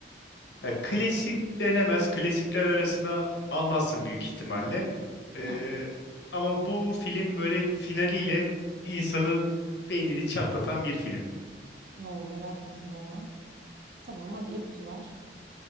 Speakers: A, on the left (about 75°); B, on the right (about 65°).
A: Ya klasik denemez. Klasikler arasına almazsın büyük ihtimalle. Ee,
B: Hı.
A: ama bu film böyle finaliyle insanın beynini çatlatan bir film.
B: Oo, merak ettim bayağı. Tamam hadi ipucu ver.